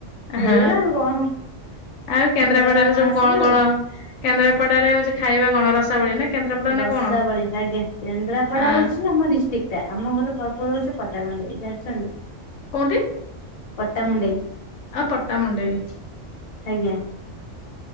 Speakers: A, on the left; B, on the left.
A: ହେଇଗଲା
B: ହାଁ
A: ଆଉ କଣ
B: ଆଉ କେନ୍ଦ୍ରାପଡାରେ
A: ଆମେ ଗଲେ ଆପଣ
B: ସବୁ
A: ଆସିବେ
B: କଣ
A: ଆଉ।
B: କଣ? କେନ୍ଦ୍ରାପଡାରେ ହଉଛି ଖାଇବା କଣ ରସାଵଳି ନା? କେନ୍ଦ୍ରାପଡା
A: ରସାବଳି
B: ନା କଣ
A: ଆଜ୍ଞା କେନ୍ଦ୍ରାପଡା
B: ଆ
A: ହଉଛି ଆମ ଡିସ୍ ଠିକ୍ ଟା ଆମ ଘର ପ୍ରପର୍ ପଟାମୁଣ୍ଡାଇ ଜାଣିଛନ୍ତି?
B: କୋଉଁଠି?
A: ପଟ୍ଟାମୁଣ୍ଡେଇ।
B: ଆଉ ପଟାମୁଣ୍ଡେଇ।
A: ଆଜ୍ଞା।